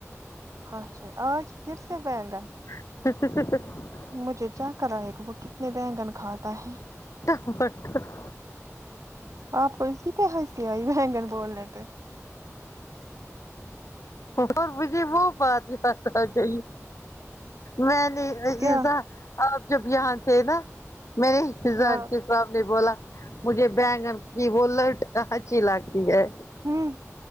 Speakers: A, on the right; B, on the left.
A: اچھا آج پھر سے بیگن
B: <unintelligible>
A: مجھے چکرائے گا وہ کتنے بینگن کھاتا ہے
B: <unintelligible>
A: آپ کو اسی پہ ہنسی آئی بینگن بولنے پے
B: اور مجھے وہ بات یاد آ گئی میں نے عزیزہ
A: کیا
B: آپ جب یہاں تھے نا میں نے <unintelligible>
A: ہاں
B: کے تو آپ نے بولا مجھے بینگن کی بولٹ اچھی لگتی ہے
A: ھمم